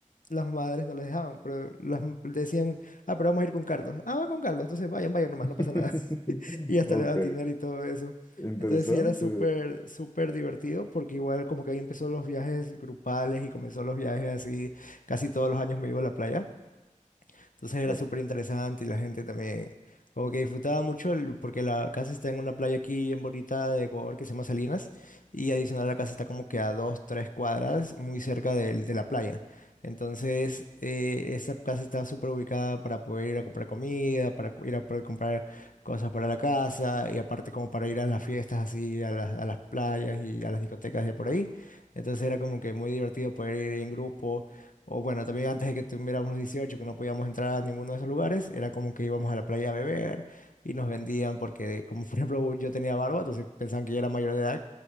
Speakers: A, on the left; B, on the left.
A: las madres no les dejaban, pero las m- decían, ah, pero vamos a ir con Carlos. Ah, van con Carlos, entonces vayan, vayan nomás,
B: <laughs>
A: no pasa nada. <laughs> Y hasta
B: Ok,
A: le daban dinero y todo eso.
B: interesante.
A: Entonces sí era súper, súper divertido porque igual como que ahí empezó los viajes grupales y comenzó los viajes así, casi todos los años me iba a la playa. Entonces
B: Claro.
A: era súper interesante y la gente también como que disfrutaba mucho el- porque la casa está en una playa aquí en bonita de Ecuador que se llama Salinas y adicional la casa está como que a dos, tres cuadras muy cerca del- de, la playa. Entonces eh, esa casa estaba súper ubicada para poder ir a comprar comida, para cu- ir a poder comprar cosas para la casa y aparte como para ir a las fiestas así, a las, a las playas y a las discotecas de por ahí. Entonces era como que muy divertido poder ir en grupo o bueno, también antes de que tuviéramos los 18 que no podíamos entrar a ninguno de esos lugares, era como que íbamos a la playa a beber y nos vendían, porque como por ejemplo yo tenía barba, entonces pensaban que yo era mayor de edad